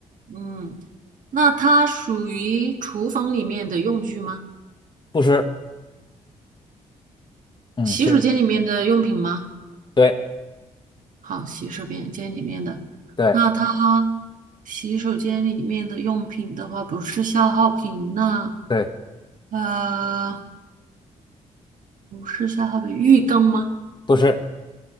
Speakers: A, on the right; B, on the left.
A: 嗯，那它属于厨房里面的用具吗？
B: 不是，嗯，
A: 洗手间里面的用品吗？
B: 其实对
A: 好，洗手间间里面的，
B: 对
A: 那它洗手间里面的用品的话，不是消耗品，那
B: 对，
A: 呃。不是下河北玉庚吗？
B: 不是，